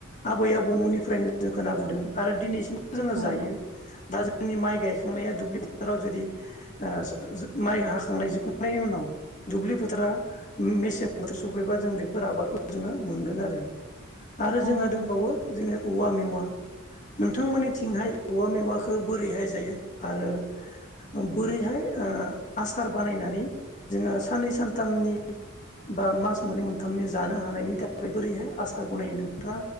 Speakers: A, on the left (about 35°); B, on the right (about 70°).
A: आबै आबौमोननिफ्रायनो जों खोनाबोदों आरो दिनैसिम जोङो
B: औ
A: जायो दा जों जोंनि माइ गायखांनाया दुब्लि फोथाराव जुदि ओ माइ हाखांनाय जोबखांनायनि उनाव दुब्लि फोथारा मेसें बोथोर सफैबा जों बेफोर आबादखौ जोङो मोनगोन आरो आरो जोंहा
B: औ
A: दंबावो
B: नंगौ
A: जोंङो औवा मेवा नोंथांमोननिथिंहाय औवा मेवाखौ बोरैहाय जायो आरो बोरैहाय ओ आसार बानायनानै जोङो साननै सानथामनि बा मास मोननै मोनथामनि जानो हानायनि थाखाय बोरैहाय आसार बनायो नोंथाङा